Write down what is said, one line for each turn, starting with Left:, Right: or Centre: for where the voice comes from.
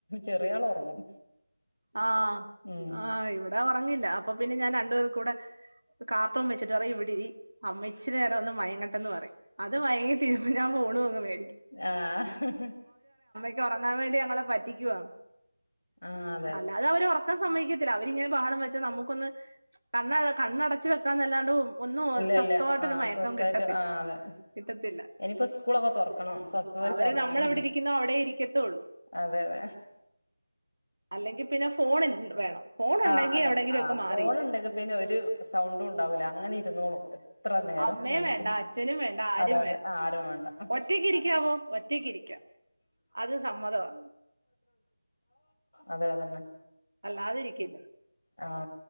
Left: ചെറിയ ആൾ ഉറങ്ങും.
Right: ആ
Left: ഉം
Right: ആ ഇവിടെ ഉറങ്ങില്ല അപ്പോ പിന്നെ ഞാൻ രണ്ടുപേർക്കും കൂടെ കാർട്ടൂൺ വെച്ചിട്ട് പറയും ഇവിടിരി അമ്മ ഇച്ചിരി നേരം ഒന്ന് മയങ്ങട്ട എന്ന് പറയും അത് മയങ്ങി തീരുമ്പോൾ ഞാൻ ഫോണും അങ്ങ് മേ
Left: ആഹ്
Right: ക്ക്‌ ഉറങ്ങാൻ വേണ്ടി ഞങ്ങളെ പറ്റിക്കുവാന്ന്.
Left: ആഹ
Right: അല്ലാതെ അവര് ഉറക്കം- സമ്മതിക്കത്തില്ല അവരിങ്ങനെ- ബഹളം വെച്ചാൽ നമുക്കൊന്ന്- കണ്ണ് കണ്ണടച്ച് വെക്കും വെക്കേണ്ട അല്ലാണ്ട് ഒന്നും
Left: ഇല്ല
Right: സ്വസ്ഥമായിട്ട്
Left: ഇല്ല ആ
Right: ഒരു മയക്കം
Left: സ്വസ്ഥായിട്ട്
Right: കിട്ടത്തില്ല
Left: ആ അതെ
Right: കിട്ടത്തില്ല
Left: ഇനിയിപ്പോ സ്കൂളൊക്കെ തുറക്കണം സ്വസ്ഥതായിട്ട്
Right: അവര്
Left: ഉറങ്ങണമെങ്കിൽ
Right: നമ്മളവിടെ ഇരിക്കുന്നോ അവിടെ ഇരിക്കത്തള്ളു
Left: അതെ അതെ
Right: എങ്കിൽ പിന്നെ ഫോൺ എങ്കി വേണം
Left: ആഹ് അത
Right: എവിടെങ്കിലും
Left: ആ
Right: ഒക്കെ മാറിയിരിക്കും
Left: ഫോൺ ഉണ്ടെങ്കിൽ പിന്നെ ഒരു സൗണ്ടും ഉണ്ടാവൂല അങ്ങനെ ഇരുന്നോളൂ എത്ര നേരം
Right: അമ്മയും
Left: വേണെങ്കിൽ
Right: വേണ്ട അച്ഛനും വേണ്ട ആരും
Left: അതെ അതെ
Right: വേണ്ട
Left: ആരും വേണ്ട
Right: ഒറ്റയ്ക്ക് ഇരിക്കാവോ ഒറ്റയ്ക്ക് ഇരിക്കാം അത് സമ്മതമാണ്
Left: അതെതന്നെ
Right: അല്ലാതിരിക്കില്ല
Left: ആ